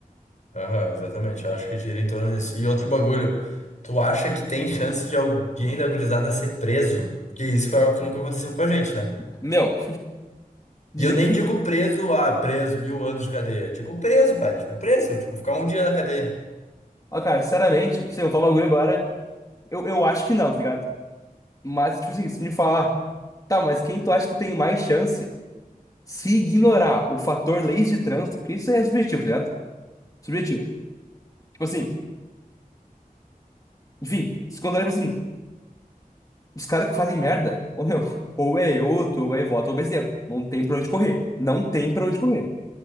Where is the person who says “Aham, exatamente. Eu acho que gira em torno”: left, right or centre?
Left